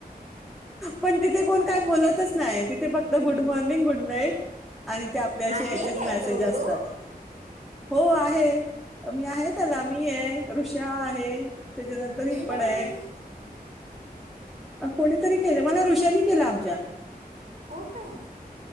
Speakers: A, in the centre; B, on the right.
A: पण तिथे कोण
B: हा
A: काय
B: हा
A: बोलतच नाही, तिथे फक् तर गुड मॉर्निंग गुड नाईट आणि ते आपल्या असे
B: आहे
A: ह्याचेच
B: काय
A: मेसेज
B: तो
A: असतात.
B: ग्रुप
A: हो आहे मी आहे त्याला मी आहे ऋषा आहे. त्याच्यानंतर
B: मी
A: हि पण
B: नाही
A: हे. कोणीतरी केलं मला ऋषानी केलं आमच्या
B: हो काय